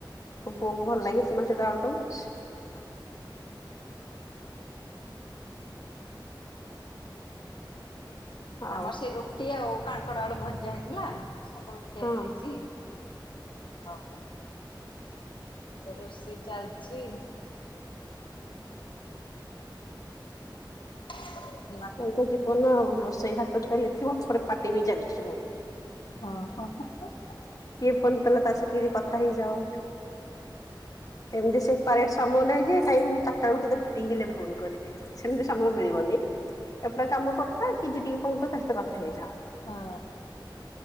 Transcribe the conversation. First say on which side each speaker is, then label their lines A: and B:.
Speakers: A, on the left; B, on the left.
A: ପୁଅକୁ ଭଲ ଲାଗି ମା ସେହିଟ ଏକଦମ <unintelligible>
B: ହଁ <inaudible>
A: ଆଉ
B: ଆମର ସେ ରୁଟି ଆଉ କାଙ୍କଡ ଆଳୁ ଭଜା ହେଇଥିଲା। ସକାଳୁ ଖିଆ
A: ହଁ।
B: ହେଇଯାଇଛି? ହଉ। ଏବେ ରୋଷେଇ ଚାଲିଛି <unintelligible>
A: ଏଇ ତ ଜୀବନ ଆଉ, ରୋଷେଇ ହାତ ଚାଲିଥିବ। ଏପଟେ ପାଟି ବି ଚାଲିଥିବ।
B: ହଁ, ହଁ, ହଁ
A: କିଏ ଫୋନ କଲା ତା ସହିତ ଟିକେ, କଥା ହେଇଯାଅ। ଏମିତି ସେପାରେଟ ସମୟ ନାଇ ଯେ ନାଇଁ ମୁଁ ଚାରିଟା ବେଳକୁ ତତେ ଫ୍ରି, ହେଲେ ଫୋନ କରିବି। ସେମିତି ସମୟ ମିଳିବନି। ଏପଟେ କାମ କରୁଥା କି, ଜି ଟିକେ ଫୋନ୍ କରୁଛି ତା ସହ କଥା ହେଇଯାଅ।
B: ହଁ,